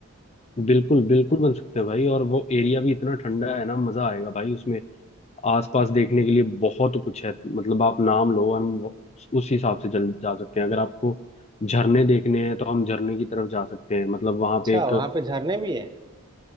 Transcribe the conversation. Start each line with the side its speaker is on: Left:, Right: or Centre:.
Left: बिल्कुल बिल्कुल बन सकते हैं भाई और वो एरिया भी इतना ठंडा है ना मजा आएगा भाई उसमें आसपास देखने के लिए बहुत कुछ है मतलब आप नाम लो और हम वो- उस हिसाब से चल जा सकते हैं अगर आपको झरने देखने हैं तो हम झरने की तरफ जा सकते हैं मतलब वहां
Right: अच्छा
Left: पे एक
Right: वहां पे झरने भी हैं